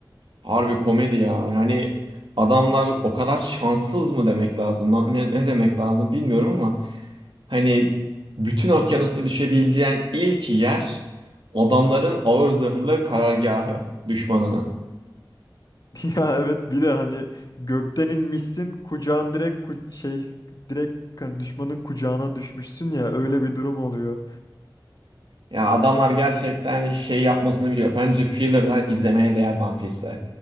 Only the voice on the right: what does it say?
Harbi komedi ya. Hani adamlar o kadar şanssız mı demek lazım? Ne, ne demek lazım bilmiyorum ama Hani bütün okyanusta düşebileceğin ilk yer adamların ağır zırhlı karargahı düşmanının.
Ya adamlar gerçekten şey yapmasını biliyor. Bence filler'lar izlemeye değer One Piece'te.